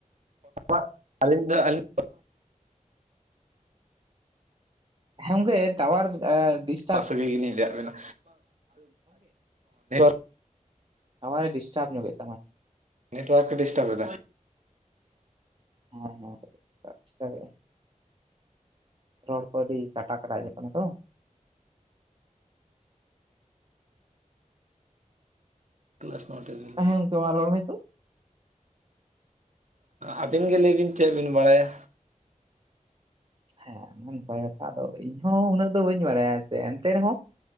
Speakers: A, on the right; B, on the right.
A: <inaudible> ᱟᱹᱞᱤᱧ ᱫᱚ ᱟᱹᱞᱤᱧ,
B: ᱦᱮᱸ ᱜᱚᱝᱠᱮ ᱛᱟᱣᱟᱨ ᱮ ᱰᱤᱥᱼᱼ
A: ᱱᱚᱣᱟ ᱥᱟᱹᱜᱟᱹᱭ ᱜᱮᱞᱤᱧ ᱞᱟᱹᱭᱟᱜ ᱵᱮᱱᱟ <unintelligible>
B: ᱴᱟᱣᱟᱨ ᱮ ᱰᱤᱥᱴᱟᱨᱵᱽ ᱧᱚᱜ ᱮᱫ᱾
A: ᱱᱮᱴᱣᱟᱨᱠ ᱮ ᱰᱤᱥᱴᱟᱵᱽ ᱮᱫᱟ ᱾
B: ᱦᱮᱸ ᱦᱮᱸ ᱪᱮᱠᱟᱭ ᱦᱩᱭᱩᱜᱼᱟ ᱾ ᱨᱚᱲ ᱠᱚ ᱟᱹᱰᱤ ᱠᱟᱴᱟ ᱠᱟᱴᱟ ᱟᱸᱡᱚᱢᱚᱜ ᱠᱟᱱᱟ ᱛᱚ ᱾
A: <unintelligible>
B: ᱦᱮᱸ ᱜᱚᱝᱠᱮ ᱢᱟ ᱨᱚᱲ ᱱᱮᱛᱚᱜ᱾
A: ᱟᱹᱵᱤᱱ ᱜᱮ ᱞᱟᱹᱭ ᱵᱤᱱ ᱪᱮᱫ ᱵᱤᱱ ᱵᱟᱲᱟᱭᱟ᱾
B: ᱦᱮᱸ ᱱᱟᱯᱟᱭ ᱠᱟᱛᱷᱟ ᱾ ᱟᱫᱚ ᱤᱧᱦᱚᱸ ᱩᱱᱟᱹᱜ ᱫᱚ ᱵᱟᱹᱧ ᱵᱟᱲᱟᱭᱟ, ᱥᱮ ᱮᱱᱛᱮ ᱨᱮᱦᱚᱸ